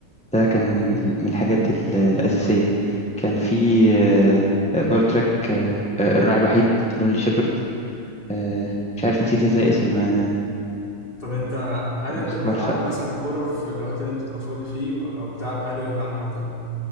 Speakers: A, in the centre; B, on the left.
A: ده كان من
B: مم.
A: من الحاجات ال- الأساسية كان في آه، آه، برضه تراك آه، آه، الراعي الوحيد لونلي شيبرد آه، مش عارف نسيت ازاي اسم آه،
B: طب انت هل انت
A: الموسيقار
B: بتلعب
A: فهي
B: مثلا كورة في الوقت اللي انت بتبقى فاضي فيه او بتلعب اي رياضة عامة